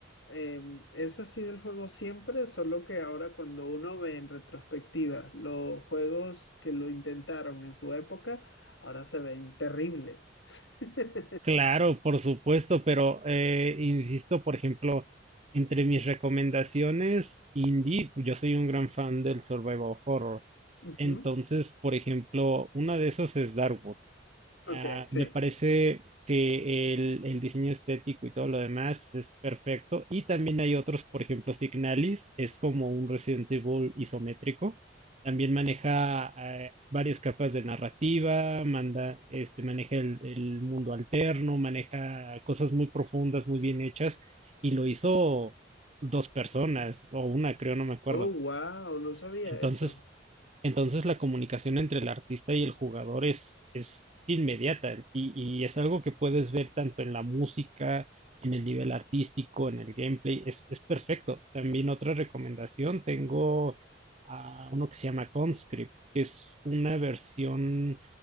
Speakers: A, on the left (about 75°); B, on the right (about 35°).
A: em, eso ha sido el juego siempre, solo que ahora cuando uno ve en retrospectiva los juegos que lo intentaron en su época, ahora se ven terribles. <laughs>
B: Claro, por supuesto, pero eh, insisto, por ejemplo, entre mis recomendaciones indie, yo soy un gran fan del survival horror.
A: Ujú.
B: Entonces, por ejemplo, una de esas es Darkwood.
A: Ok,
B: Ah,
A: sí.
B: me parece que el, el diseño estético y todo lo demás es perfecto. Y también hay otros, por ejemplo, Signalis es como un Resident Evil isométrico. También maneja eh, varias capas de narrativa, manda, este, maneja el, el mundo alterno, maneja cosas muy profundas, muy bien hechas, y lo hizo dos personas, o una, creo, no me acuerdo.
A: Oh, wow, no sabía
B: Entonces,
A: eso.
B: entonces la comunicación entre el artista y el jugador es, es inmediata y, y es algo que puedes ver tanto en la música, en el nivel artístico, en el gameplay, es, es perfecto. También otra recomendación, tengo a uno que se llama Conscript, que es una versión,